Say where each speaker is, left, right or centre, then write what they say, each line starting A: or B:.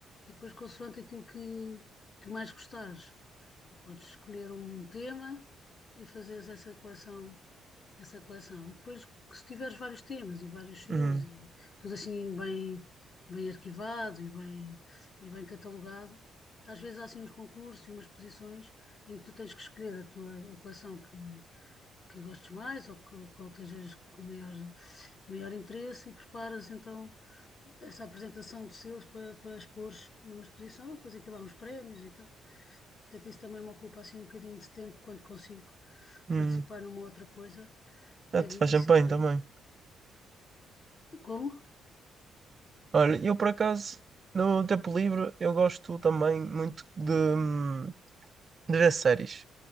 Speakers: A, on the left; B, on the right.
A: E depois, consoante aquilo que, que mais gostares, podes escolher um tema e fazeres essa coleção essa coleção. E depois, que se tiveres vários temas e vários selos
B: Hum.
A: e tudo assim bem, bem arquivado e bem, e bem catalogado, às vezes há assim uns concursos e umas posições em que tu tens que escolher a tua a coleção que, que gostes mais ou que, qual estejas com maior, maior interesse e preparas então essa apresentação de selos para, para expor numa exposição, depois aquilo há uns prémios e tal. Portanto, isso também me ocupa assim um bocadinho de tempo quando consigo
B: Hum.
A: participar numa outra coisa, pego
B: Ah, tu
A: nisso
B: faz champanhe
A: e estou.
B: também.
A: Como?
B: Olha, eu por acaso, no tempo livre, eu gosto também muito de, hum, de ver séries.